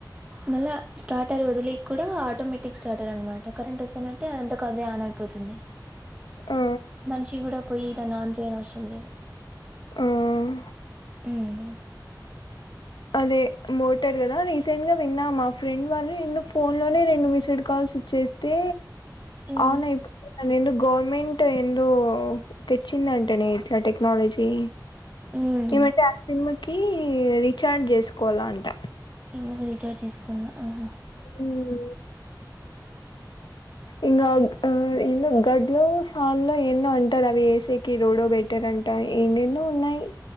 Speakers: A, on the right; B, on the left.
A: మళ్ళ స్టార్టర్ వదిలి కుడా ఆటోమేటిక్ స్టార్టర్ అనమాట కరెంట్ వస్తనంటే అదంతకదే ఆన్ అయిప్ పోతుంది
B: ఆ!
A: మనిషి గూడా పోయి దాన్ని ఆన్ చేయనవసరం లేదు
B: హ్మ్
A: ఉమ్
B: అదే మోటర్ గదా రీసెంట్ గా విన్నా మా ఫ్రెండ్ వాళ్ళు ఇన్ను ఫోన్ లోనే రెండు మిస్డ్ కాల్స్ చేస్తే
A: ఉమ్
B: ఆనయ్ పో అదెందో గవర్నమెంట్ ఎందో తెచ్చిందంటనే ఇట్లా టెక్నాలజీ
A: ఉమ్
B: ఏమంటే ఆ సిమ్ కీ రీచార్జ్ చేసుకోవాలంట
A: ఇన్నుగు రీచార్జ్ చేసుకోల్లా ఆహ
B: హ్మ్ ఇంగా అహ్ ఇగ్ ఆహ్ గడ్లో సాల్లో ఏందో అంటారవి ఏసీకి రోడొ బెటర్ అంటా ఎందేన్నో ఉన్నాయి